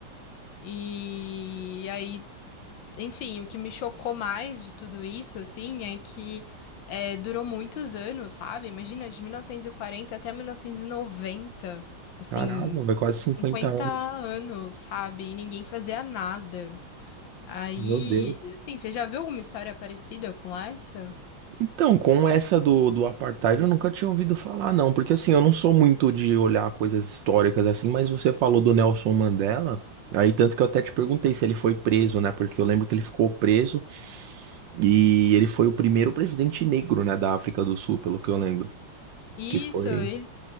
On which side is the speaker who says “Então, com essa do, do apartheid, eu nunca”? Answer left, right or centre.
Right